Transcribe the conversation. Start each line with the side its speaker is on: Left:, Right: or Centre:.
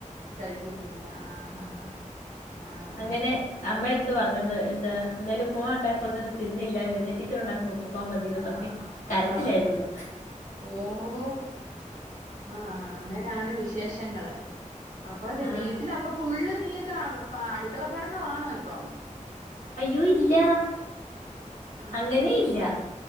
Right: കഴിക്കത്തില്ല ആഹ് ആഹ് ആഹ് ആഹ്
Left: അങ്ങനെ അമ്മ എടുത്ത് പറഞ്ഞെന്ന് എന്താ ഇന്നലെ ഉപ്പ്മാവ് ഉണ്ടാക്കി കൊടുത്തിട്ട് തിന്നില്ല ഗംഗ ടീച്ചർ ഉണ്ടാക്കുന്ന ഉപ്പ്മാവ് മതിയന്ന് പറഞ്ഞ്
Right: ആഹ്
Left: കരച്ചിലായിരുന്നുന്ന്
Right: പറഞ്ഞു ഓഹോ ആഹ് അങ്ങനെയാണ് വിശേഷങ്ങള് അപ്പൊ അവന്റെ
Left: ആ
Right: വീട്ടില അപ്പൊ ഫുള്ള് നീയെന്താ അടുക്കള ഭരണം ആണോ ഇപ്പം
Left: അയ്യോ ഇല്ല
Right: ഉം
Left: അങ്ങനെ ഇല്ല